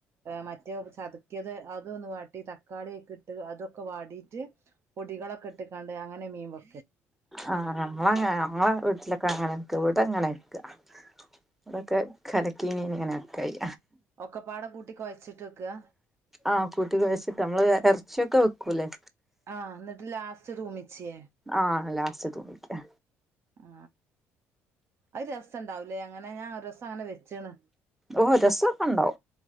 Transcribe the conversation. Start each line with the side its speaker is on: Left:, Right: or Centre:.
Right: മറ്റെതെന്ന് ചത ക്കിത് അതും ഒന്നു വാട്ടിതാ. കാടിക്കേ ഇട്ട് അതൊക്കെ വാടിയിട്ട് പൊടികളൊക്കെ ഇട്ട് കാണ്ട് അങ്ങനെ മീൻ വറുക്കും.
Centre: ആ ഞമ്മള് അങ്ങനാ. ഞമ്മളെ വീട്ടിലൊക് ക്കെ അങ്ങനൊക്കെ. ഇവടെ അങ്ങനെവെക്കാ ക്കാ ഇവടൊക്കെ കലക്കി മീൻ ഇങ്ങനെയെക്കായി
Right: ഒക്കെപ്പാടെ കൂട്ടി കൊഴച്ചിട്ട് വെക്ക്വാ?
Centre: ആഹ് കൂട്ടി കുഴച്ചിട്ട് നമ്മള് ഇറച്ചിയൊക്കെ വെക്കൂലേ
Right: ആ എന്നിട്ട് ലാസ്റ്റ് അതുമിച്ച്
Centre: ആ ലാസ്റ്റ് അതുമിക്കുക.
Right: ആ അത് രസം ഉണ്ടാവ് ല്ലേ? അങ്ങനെ ഞാൻ ഒര്സം അങ്ങനെ വെച്ചേണ്.
Centre: ഓ രസോക്കെണ്ടോ?